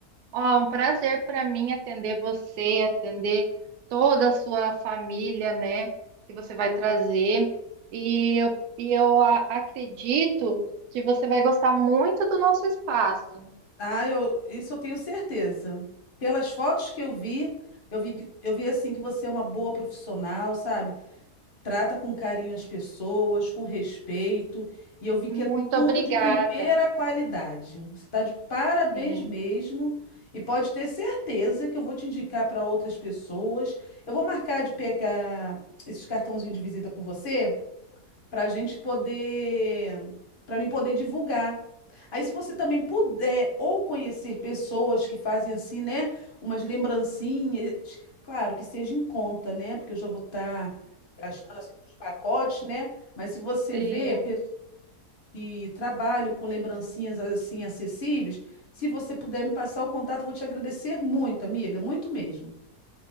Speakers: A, on the right; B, on the left.
A: ó, um prazer para mim atender você, atender toda a sua família, né? Que você vai trazer. E eu, e eu a- acredito que você vai gostar muito do nosso espaço.
B: Ah, eu, isso eu tenho certeza. Pelas fotos que eu vi, eu vi, eu vi assim que você é uma boa profissional, sabe? trata com carinho as pessoas, com respeito, e eu vi
A: Muito
B: que é tudo
A: obrigada.
B: de primeira qualidade. Você está de parabéns
A: Sim,
B: mesmo, e pode ter certeza que eu vou te indicar para outras pessoas. Eu vou marcar de pegar esses cartãozinhos de visita com você para a gente poder, para mim poder divulgar. Aí, se você também puder ou conhecer pessoas que fazem assim, né, umas lembrancinhas, claro que seja em conta, né, porque eu já vou estar gastando assim com os pacotes, né, mas se você
A: sim.
B: vê pessoas que trabalham com lembrancinhas assim acessíveis, se você puder me passar o contato, eu vou te agradecer muito, amiga, muito mesmo.